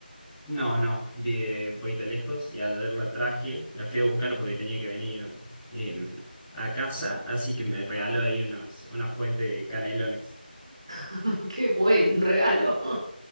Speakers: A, in the centre; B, on the right.
A: No, no, vi de un poquito lejos y ayer la traje, la fui a buscar porque tenía que venir eh, a casa, así que me regaló ahí unos, una fuente de canelones.
B: <laughs> Qué buen regalo. <laughs>